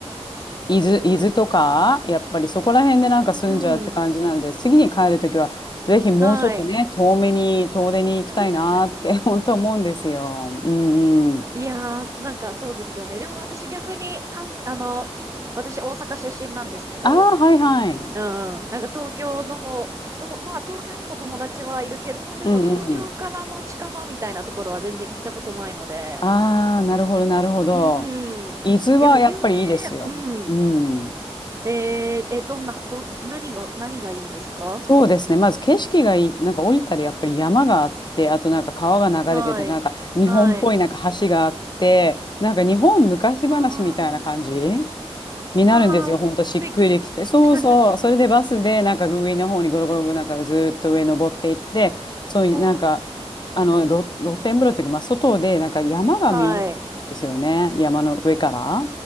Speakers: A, on the right; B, on the left.
A: うん、
B: 伊豆、伊豆とかやっぱりそこら辺でなんか住んじゃうって感じなので次に帰るときはぜひもうちょっとね遠めに遠出に行きたいなって
A: うん。うん、うん、うん。はい。<laughs>
B: <laughs> 本当思うんですよ。うんうん。
A: いやー、なんかそうですよね。でも私逆に、かん、あの、私大阪出身なんですけど、
B: ああはいはい。
A: うん、なんか東京の方、とまあ東京にも友達はいるけど、でも東京からの近場みたいなところは全然行ったことないので。
B: うんうん。ああなるほどなるほど。
A: うん。
B: 伊豆はやっぱりいいですよ。
A: でも有名、うん。
B: うん。
A: えー、え、どんな、ど、何が、何がいいですか
B: そうですね。まず景色がいい。なんか降りたらやっぱり山があって、あとなんか川が流れてて、
A: はい。
B: なんか日本っぽいなんか橋があって、
A: はい。
B: なんか日本昔話みたいな感じ
A: あ
B: になるんですよ。
A: あ、ああ、
B: ほんとしっくりきて。
A: 素敵。
B: そうそう。
A: <laughs>
B: それでバスでなんか上の方にゴロゴロなんかずーっと上登っていって、そういうなんか、
A: お
B: あの露、
A: ー、
B: 露天風呂っていうか、まあ外でなんか山が見渡せるんですよね。
A: はい。
B: 山の上から。